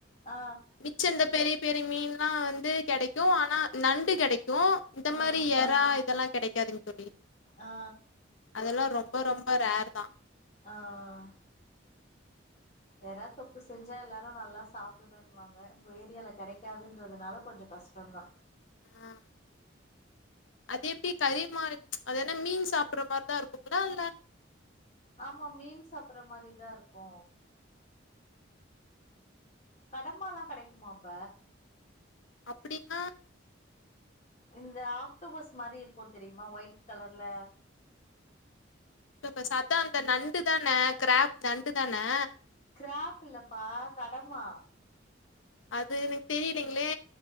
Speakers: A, on the left; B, on the left.
A: ஆ
B: மிச்சந்த பெரிய பெரிய மீன் ஆ வந்து கெடைக்கு ஆனா நண்டு கெடைக் இந்த
A: ஆ
B: மாரி
A: ம்
B: எறா இதெல்லா கெடைக்காதுங் தோழி
A: ஆ
B: அதெல்லா ரொம்ப ரொம்ப ரேர் தா
A: ஆஹ் எறால் தொக்கு செஞ்சா எல்லாரு நல்லா சாப்டுவேணுவாங்க உங்க ஏரியால கெடைக்காதுன்றதுனால கொஞ்ஜோ கஷ்டோதா
B: ஆஹ் அதேப்டி <unintelligible> அது என்னா மீன் சாப்பட்ற மாரிதா இருக்கு அப்ட்லா இல்ல
A: ஆமா மீன் சாப்பற மாரிதா இருக்கு கடம்பால்லா கெடைக்குமா அப்ப
B: அப்டின்னா
A: இந்த ஆக்டோபஸ் மாரி இருக்கு தெரியுமா ஒயிட் கலர்ல
B: இப்ப சத்தோ அந்த நண்டு தானே க்ராப் நண்டு தானே
A: கிராப் இல்லப்பா கடமா
B: அது எனக் தெரியலைங்ளே